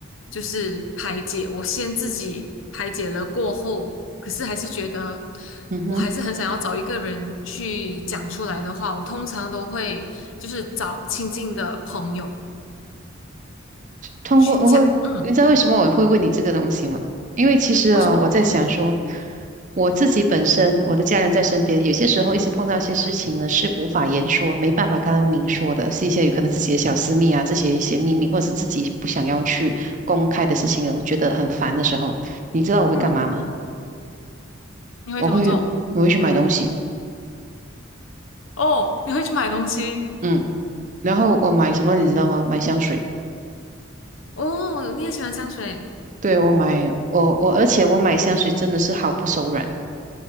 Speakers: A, on the left (about 75°); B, on the right (about 40°).
A: 就是排解。我先自己排解了过后，可是还是觉得
B: 嗯哼。
A: 我还是很想要找一个人去讲出来的话，我通常都会就是找亲近的朋友
B: 通过，
A: 去讲，
B: 我，过你知道为什么我会问你这个东西吗？
A: 嗯。
B: 因为其实啊，
A: 为什么？
B: 我在想说，我自己本身，我的家人在身边，有些时候一些碰到一些事情呢，是无法言说，没办法跟他们明说的，是一些有可能自己的小私密啊，这些一些秘密，或者是自己不想要去公开的事情啊，我觉得很烦的时候，你知道我会干嘛吗？
A: 嗯，你会怎么做？
B: 我会，我会去买东西，
A: 哦，你会去买东西。
B: 嗯，然后我买什么你知道吗？买香水，
A: 哦，你也喜欢香水。
B: 对，我买，我我，而且我买香水真的是毫不手软。